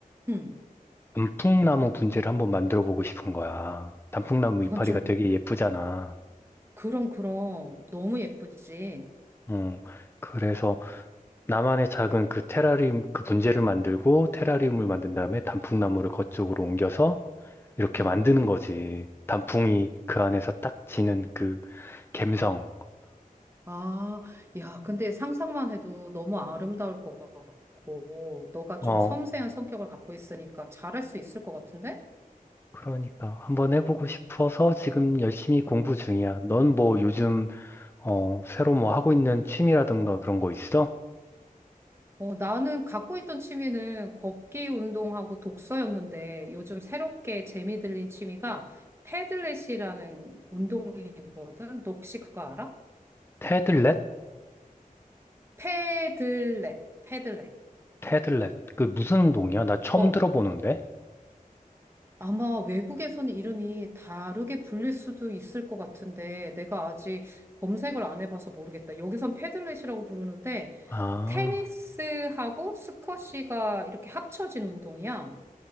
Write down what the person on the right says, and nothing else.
음.
그건
좀,
그럼, 그럼. 너무 예쁘지?
음.
아, 야, 근데 상상만 해도 너무 아름다울 것 같고, 너가
좀 섬세한 성격을 갖고 있으니까 잘할 수 있을 것 같은데?
어, 나는 갖고 있던 취미는 걷기 운동하고 독서였는데 요즘 새롭게 재미 들린 취미가 패들렛이라는 운동이거든. 너 혹시 그거 알아?
패들렛, 패들렛이라는.
어,
아마 외국에서는 이름이 다르게 불릴 수도 있을 것 같은데 내가 아직 검색을 안 해봐서 모르겠다. 여기선 패들렛이라고 부르는데
테니스하고 스쿼시가 이렇게 합쳐진 운동이야.